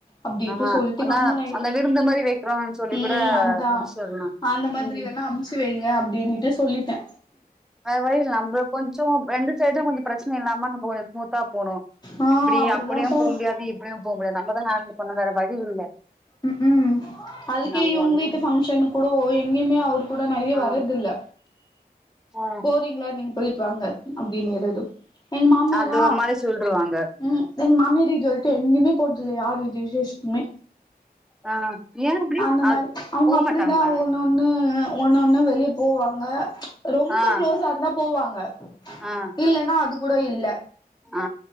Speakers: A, on the left; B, in the centre.
A: அப்டின்ட்டு
B: ஆ
A: சொல்ட்டு
B: அதா
A: கம்முனு ஆய்ட்டே
B: அந்த விருந்து மாரி வைக்கிறோம்னு சொல்லி
A: ம்
B: கூட
A: அதுதா
B: முடிச்சிடலா
A: அந்த மாதிரி
B: ம்
A: வேணா அம்ச்சு சு வைங்க அப்டின்னுட்டு சொல்லிட்டே
B: அது வரைல நம்ப கொஞ்சோ ரெண்டு சைடு கொஞ்ச பிரச்சன இல்லாம நம்ப ஒரு ஸ்மூத்தாப் போணு
A: ஆ
B: இப்டி
A: அப்டிதான்ப்பா
B: அப்டியு போ முடியாது இப்டியு போ முடியாது நம்மதா ஹேண்டில் பண்ணனு வேற வழி இல்ல
A: ம் ம் அதுக்கே
B: நம்ம
A: இவ்ங்க
B: ஒண்ணு
A: வீட்டு ஃபங்க்ஷனுக்கூடோ எங்கயுமே அவரு கூட நெறைய
B: ஆ
A: வர்றதில்ல
B: ஆ
A: போறீங்ளா நீங்க போயிட்டு வாங்க அப்டின்கிறது எங் மாமியாரா
B: அது ஒரு மாரி சொல்ருவாங்க
A: ம் எங் மாமியார் இது வரைக்கு எங்கையுமே போச்சுல்ல யாரு வீட் விசேஷ்த்துமே
B: ஆ ஏன் இப்டி
A: அந்த மாரி
B: அ
A: அவுங்க
B: போமாட்டாங்களா
A: அப்டிதா ஒன் னொன்னு ஒன்னொன்னு வெளிய போவாங்க ரொம்ப
B: ஆ
A: க்ளோஸா இருந்தா போவாங்க
B: ஆ
A: இல்லனா அது கூட இல்ல
B: ஆ